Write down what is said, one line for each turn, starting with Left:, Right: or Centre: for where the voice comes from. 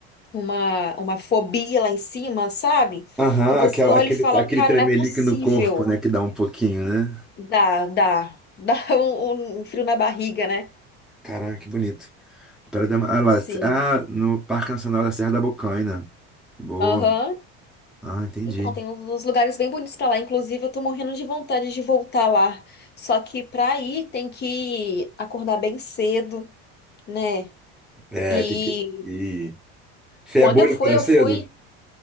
Left: uma, uma fobia lá em cima, sabe?
Centre: Aham,
Left: Que você
Centre: aquela,
Left: olha
Centre: aquele,
Left: e fala,
Centre: aquele
Left: cara,
Centre: tremelique
Left: não é possível.
Centre: no corpo, né? Que dá um pouquinho, né?
Left: Dá, dá, dá <laughs> um, um frio na barriga, né?
Centre: Caraca, que bonito. Pera da, ah, lá,
Left: Sim.
Centre: ah, no Parque Nacional da Serra da Bocaina. Boa.
Left: Aham.
Centre: Ah, entendi.
Left: Então, tem uns lugares bem bonitos pra lá. Inclusive, eu tô morrendo de vontade de voltar lá. Só que pra ir tem que acordar bem cedo, né?
Centre: É,
Left: E
Centre: tem que. E... Você
Left: quando
Centre: é boa
Left: eu
Centre: de
Left: fui,
Centre: acordar
Left: eu
Centre: cedo?
Left: fui